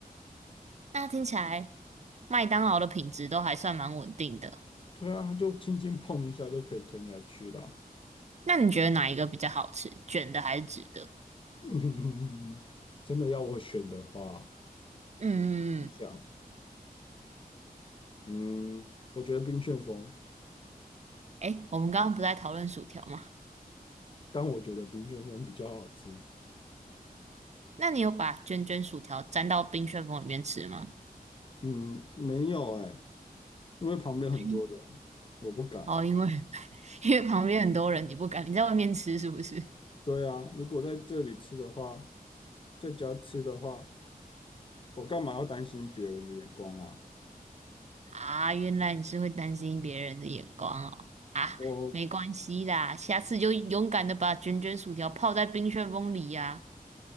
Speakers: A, on the right; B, on the left.
A: 那听起来麦当劳的品质都还算蛮稳定的。
B: 对啊，他就轻轻碰一下就可以吞下去啦。
A: 那你觉得哪一个比较好吃，卷的还是直的？
B: <laughs> 真的要我选的话，
A: 嗯嗯嗯，
B: 我想，嗯，我觉得冰旋风，
A: 诶，我们刚刚不在讨论薯条吗？
B: 但我觉得冰旋风比较好吃。
A: 那你有把卷卷薯条沾到冰旋风里面吃吗？
B: 嗯，没有哎、因为旁边很多人，
A: 嗯
B: 我不敢。
A: 哦，因为 <laughs> 因为旁边很多人，你不敢，你在外面吃是不是？
B: 对啊，如果在这里吃的话，在家吃的话，我干嘛要担心别人的眼光啊？
A: 啊，原来你是会担心别人的眼光哦。啊，
B: 我。
A: 没关系啦，下次就勇敢的把卷卷薯条泡在冰旋风里呀、